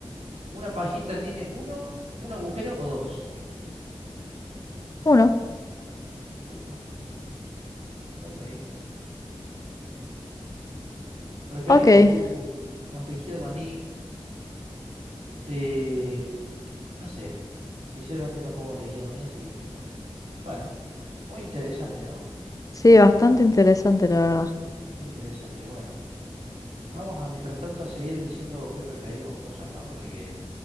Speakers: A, on the right; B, on the left.
A: una pajita tiene uno, un agujero o dos.
B: Uno.
A: Uno, ok. ¿Preferís
B: Ok.
A: tu mantequilla de maní? Eh, no sé, sinceramente no como mantequilla de maní, así que no importa. Bueno, muy interesante, ¿no?
B: Sí, bastante interesante, la verdad.
A: Bastante interesante. Bueno, vamos a mientras tanto a seguir diciendo qué preferimos cosas, ¿no? Porque